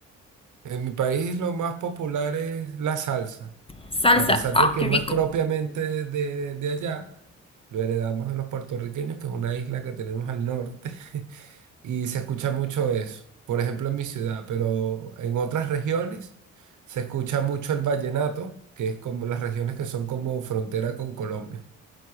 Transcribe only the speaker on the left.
Salsa.
Ah,
qué
rico.